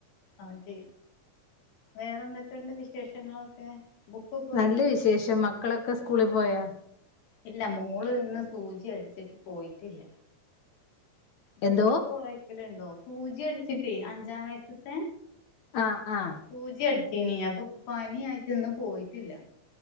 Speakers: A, on the left; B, on the left.
A: ആഹ് ശേ വേറെന്തൊക്കെണ്ട് വിശേഷങ്ങളൊക്കെ? ബുക്കൊക്കെ വായിക്കോ
B: നല്ല വിശേഷം മക്കളൊക്കെ സ്കൂളി പോയാ?
A: ഇല്ല മോള് ഇന്ന് സൂജി അടിച്ചിട്ട് പോയിട്ടില്ല. ബുക്ക്
B: എന്തോ
A: വായ്ക്കലുണ്ടോ സൂജി അടിച്ചിട്ടേ അഞ്ചാം വയസ്ത്തെ.
B: ആഹ് ആഹ്.
A: സൂചി അട്ച്ചീനി അപ്പൊ പനി ആയിട്ട് ഇന്ന് പോയിട്ടില്ല.